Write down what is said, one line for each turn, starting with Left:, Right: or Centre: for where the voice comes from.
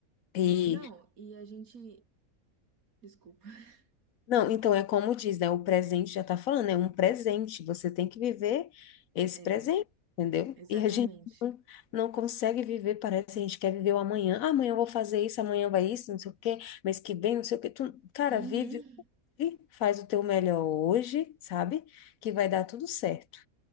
Left: E
Right: é, não, e a gente, desculpa, <laughs>
Left: não, então é como diz, né? O presente já tá falando, é um presente, você tem que viver esse
Right: é,
Left: presente, entendeu?
Right: exatamente.
Left: E a gente <laughs> não, não consegue viver, parece que a gente quer viver o amanhã. Ah, amanhã eu vou fazer isso, amanhã vai isso, não sei o quê, mês que vem, não sei o quê. Tu, cara,
Right: Uhum.
Left: vive, e faz o teu melhor hoje, sabe? Que vai dar tudo certo.